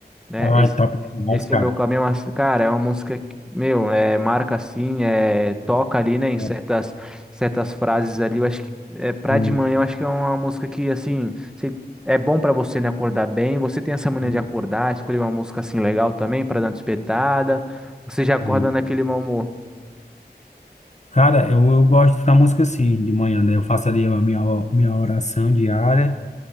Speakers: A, in the centre; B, on the left.
A: né?
B: Ai,
A: Esse,
B: top demais,
A: esse
B: cara.
A: é meu caminho, mas, cara, é uma música que, meu, é, marca assim, é, toca ali, né, em
B: É.
A: certas, certas frases ali. Eu acho que é, pra
B: Hum,
A: de manhã, eu acho que é uma música que, assim, você- é bom pra você, né, acordar bem. Você tem essa mania
B: hum,
A: de acordar, escolher uma música assim legal também pra dar uma despertada. Você já acorda
B: hum.
A: naquele mau humor.
B: Cara, eu, eu gosto da música assim, de manhã, né? Eu faço ali a minha, minha oração diária